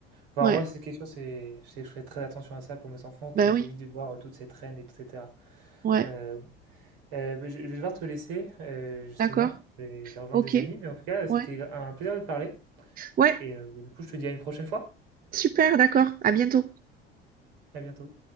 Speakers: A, on the right (about 60°); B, on the right (about 30°).
A: enfin,
B: Ouais,
A: moi, c'est quelque chose, c'est, c'est que je ferai très attention à ça pour mes enfants, qu'ils
B: bah oui,
A: évitent de voir euh, toutes ces traînes, etc.
B: ouais,
A: Euh, euh, bah, je, je vais devoir te laisser, euh, justement,
B: d'accord,
A: je vais, je vais rejoindre
B: ok,
A: des amis, mais en tout cas, c'était
B: ouais,
A: un plaisir de te parler,
B: ouais,
A: et euh, bah, du coup, je te dis à une prochaine fois,
B: super, d'accord, à bientôt.
A: à bientôt.